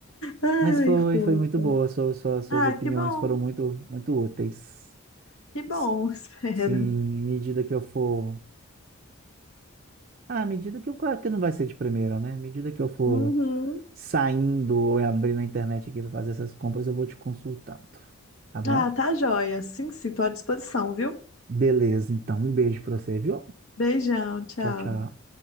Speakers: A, on the left; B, on the right.
A: Ai,
B: Mas foi,
A: fofo.
B: foi muito boa. Suas, suas, suas
A: Ah,
B: opiniões
A: que bom,
B: foram muito, muito úteis.
A: que bom,
B: S-
A: <laughs> espero.
B: Sim, à medida que eu for. Ah, à medida que eu. Claro que não vai ser de primeira, né? À medida que eu for
A: Uhum.
B: saindo ou abrindo a internet aqui para fazer essas compras, eu vou te consultando. Tá bom?
A: Ah, tá joia. Sim, sim, tô à disposição, viu?
B: Beleza, então. Um beijo para você, viu?
A: Beijão, tchau.
B: Tchau, tchau.